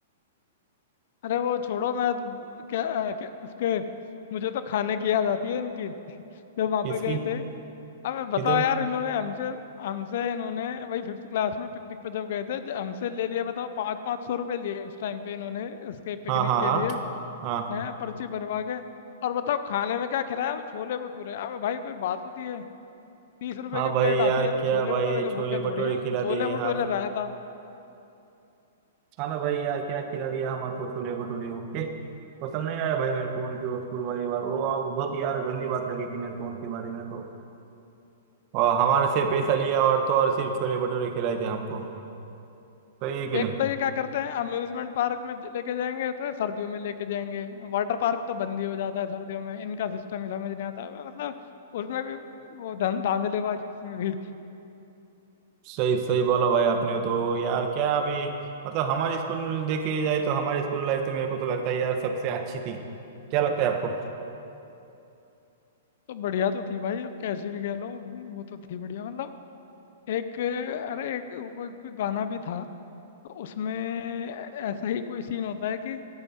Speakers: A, on the left; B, on the right.
A: अरे वो छोड़ो मैं तो- क्या, क्या उसके मुझे तो खाने की याद आती है इनकी जब वहां
B: किसकी
A: पे गए थे अब बताओ
B: किधर
A: यार इन्होंने हमसे हमसे इन्होंने वही फिफ्थ क्लास में पिकनिक पे जब गए थे ज- हमसे ले लिए बताओ पाँच पाँच सौ रुपए लिए उस टाइम पे इन्होंने इसके पिकनिक
B: हाँ हाँ
A: के
B: हाँ
A: लिए
B: हाँ
A: हैं पर्ची बनवा के और बताओ खाने में क्या खिलाया वो छोले भटूरे अबे भाई कोई बात होती है तीस रुपए
B: हाँ
A: की
B: भाई
A: प्लेट
B: यार
A: आती है कोई
B: क्या
A: छोले
B: भाई
A: भटूरे के
B: छोले
A: भूखे
B: भटूरे
A: थोड़ी हैं
B: खिला
A: छोले
B: दिए हाँ
A: भटूरे रायता
B: हाँ ना भाई यार क्या खिला दिया हम आपको छोले भटूरे ओके पसंद नहीं आया भाई मेरे को उनके वो स्कूल वाली बात वो आप बहुत यार गंदी बात लगी थी मेरे को उनके बारे में तो और हमारे से पैसा लिया और तो और सिर्फ छोले भटूरे खिलाए थे हमको सही है कि नहीं
A: एक तो ये क्या करते हैं अम्यूजमेंट पार्क में लेके जाएंगे तो ये सर्दियों में लेके जाएंगे वाटर पार्क तो बंद ही हो जाता है सर्दियों में इनका सिस्टम ही समझ नहीं आता मैं मतलब उसमें भी वो धां- धांधलेबाजी उसमें भी
B: सही सही बोला भाई आपने तो यार क्या अभी मतलब हमारे स्कूल में देखे जाए तो हमारी स्कूल लाइफ तो मेरे को तो लगता है यार सबसे अच्छी थी क्या लगता है आपको
A: तो बढ़िया तो थी भाई अब कैसी भी कह लो वो तो थी बढ़िया मतलब एक अरे एक कोई कोई गाना भी था तो उसमें ऐसा ही कोई सीन होता है कि